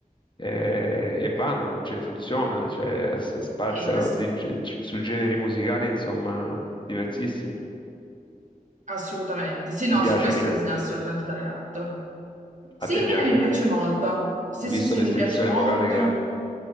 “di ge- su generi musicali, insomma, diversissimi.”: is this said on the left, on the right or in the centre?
Left